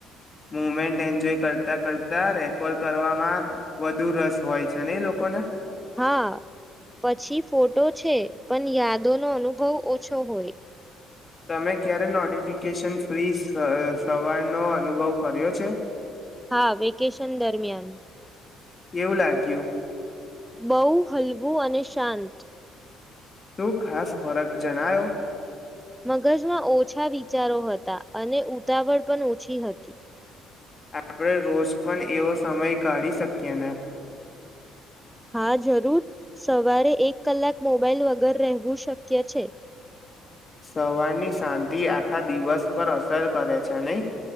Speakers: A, on the left; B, in the centre.
A: મુમેન્ટ એન્જોય કરતાં કરતા રેકોર્ડ કરવામાં વધુ રસ હોય છે ને એ લોકોને
B: હા પછી ફોટો છે પણ યાદો નો અનુભવ ઓછો હોય
A: તમે ક્યારે નો ફિકેશન ફ્રી સવારનોો અનુભવ કર્યો છે
B: હા વેકેશન દરમિયાન
A: એવું લાગ્યું
B: બહુ હલવું અને શાંત
A: શું ખાસ ફરક જણાયો
B: મગજમાં ઓછા વિચારો હતા અને ઉતાવળ પણ ઓછી હતી
A: આપણે રોજ પણ એવો સમય કાઢી શકીએ ને
B: હા જરૂર સવારે એક કલાક મોબાઈલ વગર રહેવું શક્ય છે
A: સવારની શાંતિ આખા દિવસ પર અસર કરે છે નહીં